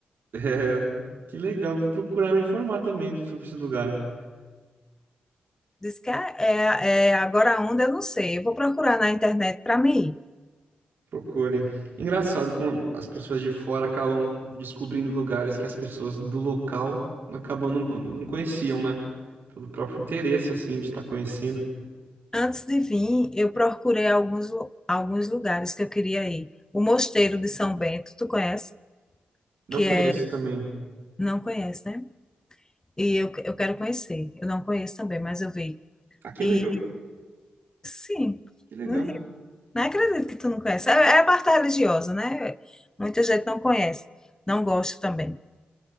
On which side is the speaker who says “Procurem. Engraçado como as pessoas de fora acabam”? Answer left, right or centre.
Right